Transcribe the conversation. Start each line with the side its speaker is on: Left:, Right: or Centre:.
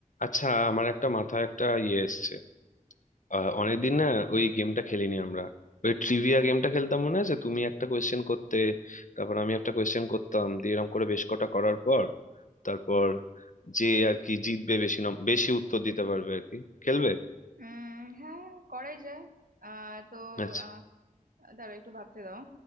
Left: আচ্ছা আমার একটা মাথায় একটা ইয়ে এসছে আহ, অনেকদিন না ওই গেমটা খেলিনি আমরা ওই ট্রিভিয়া গেমটা খেলতাম মনে আছে তুমি একটা কোয়েশ্চেন করতে তারপর আমি একটা কোয়েশ্চেন করতাম দিয়ে এরকম করে বেশ কটা করার পর তারপর যে আর কি জিতবে বেশি নম- বেশি উত্তর দিতে পারবে আর কি খেলবে
Right: উম হ্যাঁ করাই যায় আহ তো
Left: আচ্ছা
Right: আহ দাঁড়াও একটু ভাবতে দাও